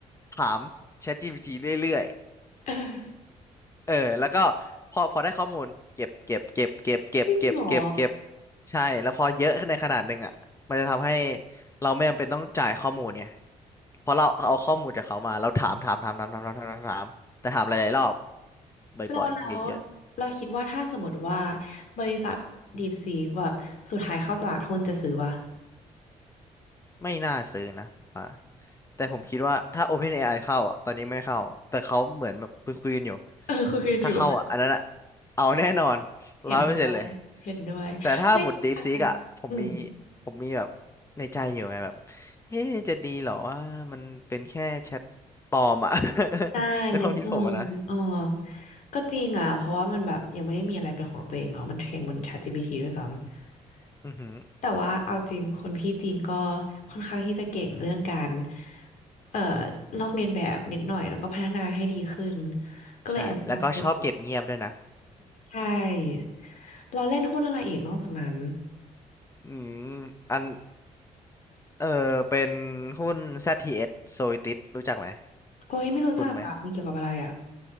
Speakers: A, on the left; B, on the left.
A: ถาม ChatGPT เรื่อย
B: <laughs> เออ
A: ๆเออแล้วก็พอพอได้ข้อมูลเก็บเก็บเก็บเก็บเก็บเก็บเก็บเก็บ
B: จริงเหรอ
A: ใช่แล้วพอเยอะขึ้นในขนาดหนึ่งอ่ะมันจะทำให้เราไม่จำเป็นต้องจ่ายข้อมูลไงเพราะเราเอาข้อมูลจากเขามาเราถามถามถามถามถามถามถามถามถามแต่ถามหลายๆรอบบ่อยๆเยอะ
B: เราแล้วเราคิดว่าถ้าสมมติว่าบริษัท DeepSeek แบบสุดท้ายเข้าตลาดหุ้นจะซื้อป่ะ
A: ไม่น่าซื้อนะผมว่าแต่ผมคิดว่าถ้า OpenAI เข้าอ่ะตอนนี้ไม่เข้า แต่เขาเหมือนแบบคุยคุยกันอยู่
B: เออ <laughs> คุยกันอยู่
A: ถ้าเข้าอ่ะอันนั้นอ่ะเอาแน่นอน
B: เห็นด้วยเห็นด้วยไม่อ่ะ
A: ร้อยเปอร์เซ็นต์เลย แต่ถ้าหมุด DeepSeek อ่ะผมมี
B: อืม
A: ผมมีแบบในใจอยู่ไงแบบเอ๊ะจะดีเหรอว่ามันเป็นแค่แชทปลอมอ่ะ
B: อ่านึกออกนึกออก
A: <laughs> ในความคิดผมอะนะ
B: ก็จริงอ่ะเพราะว่ามันแบบยังไม่ได้มีอะไรเป็นของตัวเองเนาะมันเทรนบน ChatGPT ด้วยซ้ำ
A: อือหือ
B: แต่ว่าเอาจริงคนพี่จีนก็ค่อนข้างที่จะเก่งเรื่องการเอ่อลอกเลียนแบบนิดหน่อยแล้วก็พัฒนาให้ดีขึ้นก็เลยแอบน่ากลัว
A: ใช่แล้วก็ชอบเก็บเงียบด้วยนะ
B: ใช่เราเล่นหุ้นอะไรอีกนอกจากนั้น
A: <laughs> อืมอันเออเป็นหุ้น ZTS Zoetis รู้จักไหม
B: โอ้ยไม่รู้จักอะมันเกี่ยวกับอะไรอะ
A: คุณไหม